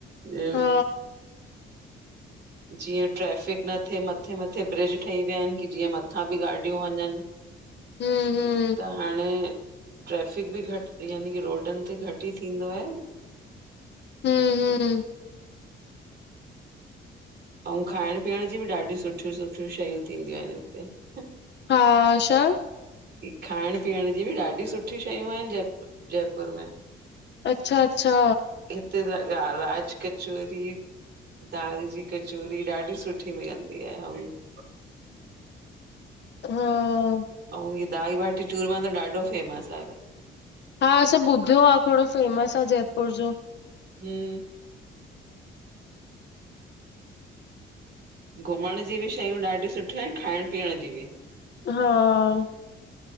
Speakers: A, on the right (about 60°); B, on the left (about 60°).
A: ॼणु
B: हा
A: जीअं ट्रैफिक न थिए, मथे मथे ब्रिज ठही विया आहिन, की जीअं मथां बि गाॾियूं वञनि।
B: हम्म हम्म।
A: त हाणे ट्रैफिक बि घट यानी की रोडनि ते घट ई थींदो आहे।
B: हम्म हम्म।
A: ऐं खाइण पीअण जी बि ॾाढी सुठियूं सुठिय शयूं थींदियूं आहिन हिते।
B: हा अ छा।
A: खाइण पीअण जी बि ॾाढी सुठी शयूं आहिन जय जयपुर में।
B: अच्छा अच्छा।
A: हित त राज कचोरी -- दाल जी कचोरी ॾाढी सुठी मिलंदी आहे ऐं --
B: हा हम्म।
A: ऐं हीअ दाल बाटी चुरमा त ॾाढो फेमस आहे भई।
B: हा सभु ॿुधियो आहे खोड़ फेमस आहे जयपुर जो।
A: हम्म। घुमण जी बि शयूं ॾाढियूं सुठियूं आहिन खाइण पीअण जी बि।
B: हा --